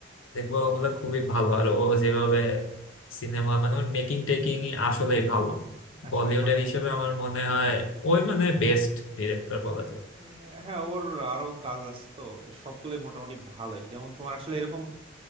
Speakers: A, on the left; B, on the right.
A: দেখবো ওগুলা খুবই ভালো আর ও যেভাবে সিনেমা মানে ওর মেকিং টেকিং আসলেই ভালো
B: আসলে
A: বলিউডের
B: মানে
A: হিসেবে আমার মনে হয় ওই মানে বেস্ট ডিরেক্টর বলা যায়
B: আহ, হ্যাঁ ওর আরো কাজ আছে তো সবগুলোই মোটামুটি ভালোই যেমন তোমার আসলে এরকম